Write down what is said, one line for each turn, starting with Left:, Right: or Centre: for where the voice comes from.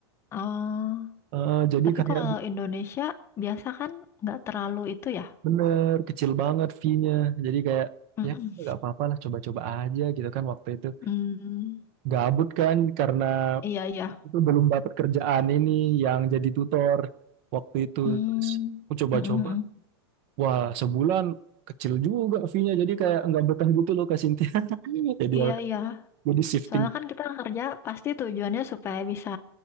Left: Oh,
Right: Eh, jadi
Left: tapi
Right: kayak
Left: kalau Indonesia biasa kan nggak terlalu itu ya.
Right: bener kecil banget fee-nya. Jadi kayak
Left: Mm-mm.
Right: ya nggak apa-apa lah coba-coba aja gitu kan waktu itu
Left: Hmm,
Right: gabut kan karena
Left: iya iya.
Right: itu belum dapat kerjaan ini yang jadi tutor waktu itu
Left: Hmm.
Right: terus aku coba-coba
Left: Mm-mm.
Right: wah sebulan kecil juga fee-nya jadi kayak nggak betah gitu loh Kak Sintia <laughs> jadi
Left: Iya,
Right: ya
Left: iya.
Right: jadi shifting
Left: Soalnya kan kita kerja pasti tujuannya supaya bisa